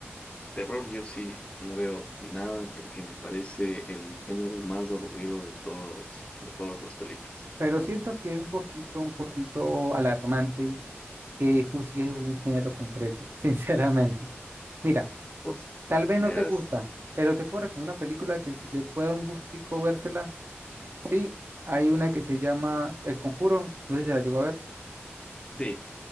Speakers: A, on the left; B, on the right.
A: terror yo sí no veo nada porque me parece el género más aburrido de todos, de todas las películas.
B: pero siento que es un poquito, un poquito alarmante que juzgues un género completo, <laughs> sinceramente. Mira.
A: O
B: Tal vez
A: sea,
B: no te gusta,
A: es-
B: pero te puedo recomendar una película que si les puede dar un gustico vérsela. Sí, hay una que se llama El Conjuro. No sé si se la llegó a ver.
A: sí,